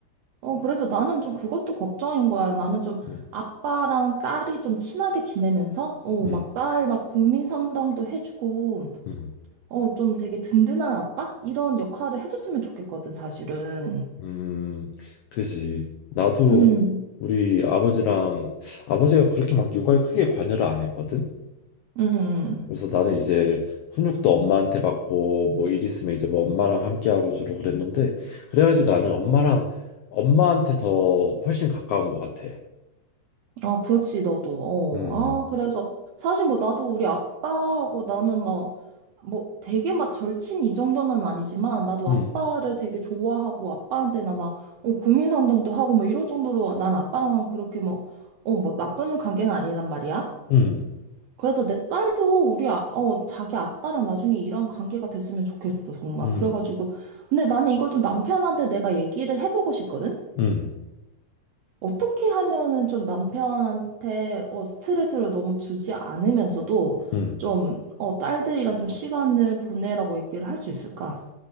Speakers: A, on the right (about 75°); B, on the left (about 80°).
A: 어, 그래서 나는 좀 그것도 걱정인 거야. 나는 좀
B: 음,
A: 아빠랑 딸이 좀 친하게 지내면서, 어,
B: 음,
A: 막 딸 막 고민 상담도 해주고,
B: 음,
A: 어, 좀 되게 든든한 아빠? 이런 역할을 해줬으면 좋겠거든, 사실은.
B: 음, 그지. 나도
A: 응,
B: 우리 아버지랑 아버지가 그렇게 막 육아에 크게 관여를 안 했거든.
A: 응, 응.
B: 그래서 나는 이제 훈육도 엄마한테 받고 뭐 일 있으면 이제 뭐 엄마랑 함께 하고 주로 그랬는데 그래가지고 나는 엄마랑 엄마한테 더 훨씬 가까운 것 같아.
A: 아, 그렇지, 너도. 어.
B: 음,
A: 아, 그래서 사실 뭐 나도 우리 아빠하고 나는 뭐, 뭐 되게 막 절친 이 정도는 아니지만 나도
B: 음,
A: 아빠를 되게 좋아하고 아빠한테나 막 어, 고민 상담도 하고 뭐 이럴 정도로 난 아빠랑 그렇게 뭐, 어, 뭐 나쁜 관계는 아니란 말이야.
B: 음,
A: 그래서 내 딸도 우리 아, 어, 자기 아빠랑 나중에 이런 관계가 됐으면 좋겠어, 정말.
B: 음,
A: 그래가지고. 근데 나는 이걸 좀 남편한테 내가 얘기를 해보고 싶거든?
B: 음,
A: 어떻게 하면은 좀 남편한테 어, 스트레스를 너무 주지 않으면서도
B: 음.
A: 좀 어, 딸들이랑 좀 시간을 보내라고 얘기를 할 수 있을까?